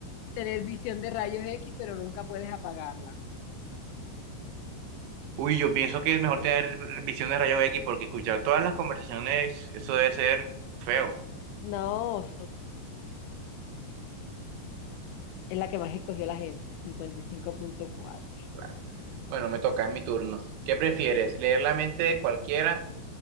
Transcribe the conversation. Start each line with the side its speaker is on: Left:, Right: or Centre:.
Left: tener visión de rayos X, pero nunca puedes apagarla?
Right: Uy, yo pienso que es mejor tener visión de rayos X porque escuchar todas las conversaciones, eso debe ser feo.
Left: No, es la que más escogió la gente, Cincuenta y cinco punto cuatro.
Right: Claro. Bueno, me toca, es mi turno. ¿Qué prefieres? ¿Leer la mente de cualquiera?